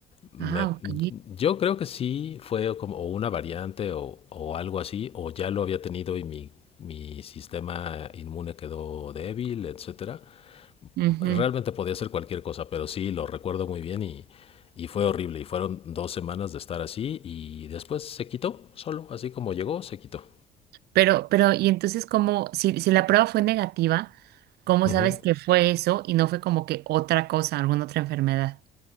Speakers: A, on the left (about 35°); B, on the right (about 70°).
A: Me-
B: Ah, ok.
A: yo creo que sí fue como o una variante o, o algo así, o ya lo había tenido y mi, mi sistema inmune quedó débil, etcétera.
B: ujú,
A: Realmente podía ser cualquier cosa, pero sí, lo recuerdo muy bien y, y fue horrible. Y fueron dos semanas de estar así y después se quitó, solo, así como llegó, se quitó.
B: Pero, pero, y entonces, ¿cómo, si, si la prueba fue negativa, ¿cómo
A: Ujú.
B: sabes que fue eso y no fue como que otra cosa, alguna otra enfermedad?